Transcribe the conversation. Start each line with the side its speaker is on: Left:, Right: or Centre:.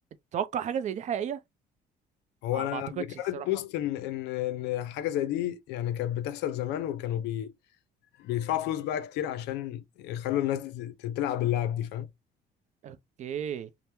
Right: تتوقع حاجه زي دي حقيقيه
Left: هو
Right: ما,
Left: أنا
Right: ما اعتقدش
Left: قبل كده
Right: الصراحه
Left: قريت بوست إن إن إن حاجة زي دي يعني كانت بتحصل زمان وكانوا بي بيدفعوا فلوس بقى كتير عشان يخلوا الناس دي تلعب اللعب دي فاهم
Right: اوكي